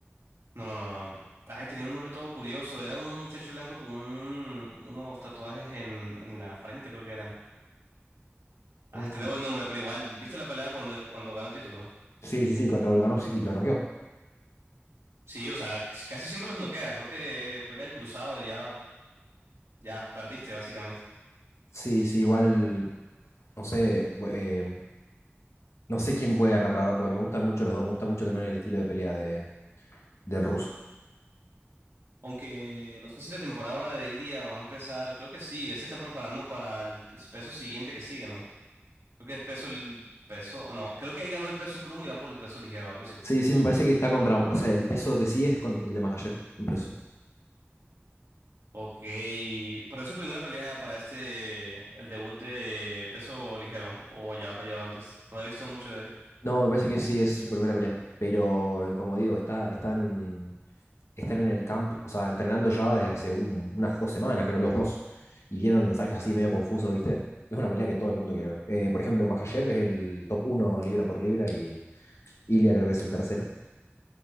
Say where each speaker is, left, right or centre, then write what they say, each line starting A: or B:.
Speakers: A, on the right; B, on the left.
A: No, no, no, no. Ay, tenía un nombre todo curioso, era un muchacho blanco con un- unos tatuajes en, en la frente, creo que era. Ah,
B: Uy.
A: te debo el nombre, pero igual, ¿viste la pelea cuando, cuando ganó el título?
B: Sí, sí, sí, contra Volkanovski lo noqueó.
A: Sí, o sea, c- casi siempre los noquea. Creo que pega el cruzado y ya, ya perdiste, básicamente.
B: Sí, sí, igual, no sé, bu- eh, no sé quién puede ganar, la verdad, porque me gustan mucho los dos. Me gusta mucho también el estilo de pelea de, del ruso.
A: Aunque no sé si la temporada ahora de Ilia va a empezar. Creo que sí, él se está preparando para el peso siguiente que sigue, ¿no? Creo que es peso, el peso, no, creo que él ganó el peso pluma y va por el peso ligero, algo así.
B: Sí, sí, me parece que está contra. O sea, el peso que sí es con- el de Makhachev, me parece.
A: Ok, pero es su primera pelea para este, el debut de peso ligero, o ya ha peleado antes. No he visto mucho de él.
B: No, me parece que sí es su primera pelea. Pero, eh, como digo, está, están, están en el camp, o sea, entrenando ya desde hace un- unas dos semanas, creo, los dos. Y dieron mensajes así medio confusos, ¿viste? Es una pelea que todo el mundo quiere ver. Eh, por ejemplo, Makhachev es el top uno libra por libra y Ilia creo que es el tercero.